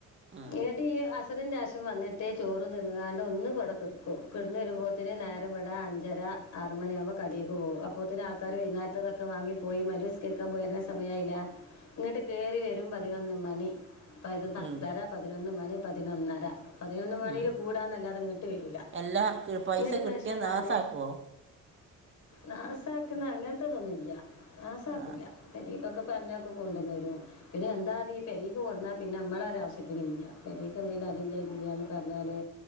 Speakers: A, on the right; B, on the left.
A: ഉം.
B: എന്ന്ടയെ അ സറിൻ്റെശം വന്നിട്ടേ ചോറും തിന്ന്കാണ്ട് ഒന്നവടെ ക്കെടക്കും കിടന്ന് വെരുമ്പോത്തിന് നേരവടേ അഞ്ചര ആറ് മണിയവുമ്പോ കടീക്ക് പോവൂ അപ്പോതിന് ആൾക്കാര് വെയ്ന്നാരത്തതൊക്കെ വാങ്ങി പോയി മരിവിസ്കരിക്കാ പോയിരുന്ന സമയായില്ലേ. ങ്ങട്ട് ക്കേറിവെരും പതിനൊന്ന് മണി പ പത്തര
A: ഉം.
B: പതിനൊന്ന് മണി പതിനൊന്നര. പതിനൊന്ന് മണിൽ
A: ഉം.
B: കൂടാന്നല്ലാതെ ഇങ്ങിട്ട് വരൂല
A: എല്ലാ കി- പൈസ
B: ങ്ങട്ട്
A: കിട്ടിയാൽ
B: മഷ്യന്മാര്
A: നാസാക്കുവോ
B: നാസാക്ന്ന അങ്ങൻത്തതൊന്നുംല്ല്യ നാസാക്കുല
A: ആ
B: പ്പൊരീക്കൊക്കെ പറഞാകൊണ്ടേന്നരും പിന്നെ എന്താ ത് പെരേക്ക് കൊട്ന്നാ പിന്നെ അമ്മളൊരാവ്യഷത്തിന്ല്ല്യാ പെരേക്ക്ന്തെങ്കിലും അത് ല്യാ ഇത് ല്ല്യാ പറഞ്ഞാല്